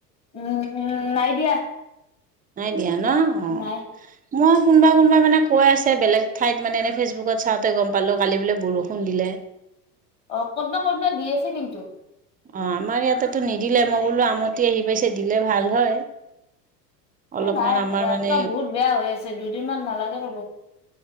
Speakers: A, on the left (about 35°); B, on the right (about 15°).
A: উম নাই দিয়া
B: নাই দিয়া ন অ
A: নাই
B: মই কোনোবা কোনোবা মানে কৈ আছে বেলেগ ঠাইত মানে এনেই ফেচবুকত চাওঁতে গম পালোঁ কালি বোলে বৰষুণ দিলে
A: অ কতবা কতবা দি আছে কিন্তু
B: অ আমাৰ ইয়াতেতো নিদিলে মই বোলো আমতি আহি পাইছে দিলে ভাল হয় অলপমান
A: এই নাই
B: আমাৰ
A: ৰাস্তা
B: মানে
A: বহুত বেয়া হৈ আছে দুদিনমান নালাগে ৰ'ব